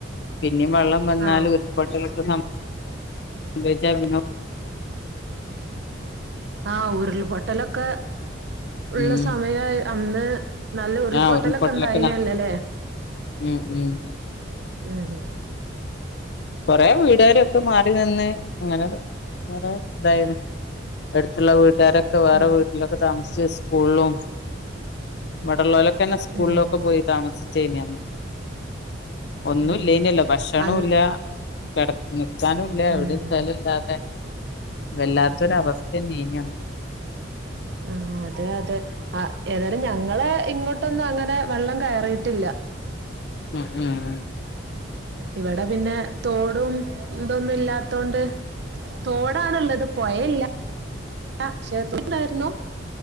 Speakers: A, on the left; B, on the right.
A: നിം വെള്ളം വന്നാൽ
B: ആഹ്
A: ഉരുപൊട്ടൊക്കെ സംഭ വജാ ബിനൊ
B: ആഹ് ഉരുൾ പൊട്ടലൊക്കെ ഉള്ള
A: ഉം
B: സമയാ അ അന്ന് നല്ല ഉരുൾപൊട്ടലൊക്കെ
A: ആ
B: ഉണ്ടായിനല്ലലേ
A: നട ഉം ഉം
B: ഏ
A: കൊറേ വീടാരൊ ക്കെ മാറി നിന്ന് അങ്ങനെ കൊറെ ഇതായിണ് എടുത്തുള്ള വീട്ട ട്ടാരൊക്കെ വേറെ
B: ആഹ്
A: വീട്ടിലൊക്കെ താമസി ജ് സ്കൂളിലും ഇവടെല്ലോല പിന്നെ സ്കൂളിലൊക്കെ
B: ഉം
A: പോയി താമസ ചെനി അന്ന് ഒന്നുല്ലേന്യല്ലോ
B: ഉം
A: ഭക്ഷണുല്ല
B: അന്ന്
A: കടപ് ന്ന് ക്കാനുല്ല
B: ഉം
A: എവിടെ സ്ഥല ല്ലാതെ വല്ലാത്തൊരവസ്ഥന്നേനി അന്ന്
B: ആഹ് അതെ അ ട് അ ഏതാലും ഞങ്ങളെ ഇങ്ങോട്ട് ന്നും അങ്ങനെ വെള്ളം കയറിയിട്ടില്ല
A: ഉം ഉം
B: ഇവടെ പിന്നെ തോടും തൊന്നും ഇല്ലാത്തോണ്ട് തോടാണ് ഉള്ളത് പൊഴല്ല ല്ല ശേത്തി ണ്ടാര്ന്നു